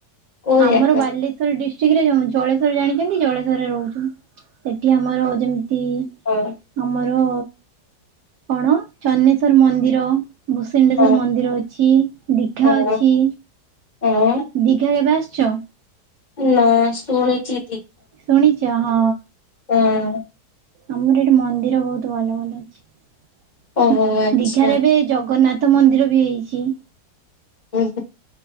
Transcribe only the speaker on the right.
ଆମର
ବାଲେଶ୍ଵର ଡିସ୍ ଷ୍ଟ୍ରିକ୍ଟ ଯୋଉ ଜଳେଶ୍ଵର ଜାଣିଚନ୍ତି ଜଳେଶ୍ଵରରେ ରହୁଚୁ। ସେଠି ଆମର ଯେମତି
ଆମର କଣ ଚନେଶ୍ଵର ମନ୍ଦିର <unintelligible>
ମନ୍ଦିର ଅଛି ଦୀଘା
ଅଛି।
ଦୀଘା କେବେ ଆସିଚ?
ଶୁଣିଛ ହଁ।
ଆମର ଏଠି ମନ୍ଦିର ବହୁତ ଭଲ ଭଲ ଅଛି।
ଦୀଘାରେ ଏବେ ଜଗନ୍ନାଥ ମନ୍ଦିର ବି ହେଇଛି।